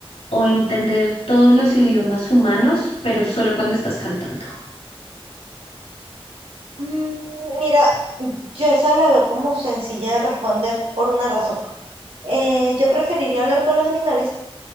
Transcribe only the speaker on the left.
o entender todos los idiomas humanos, pero solo cuando estás cantando.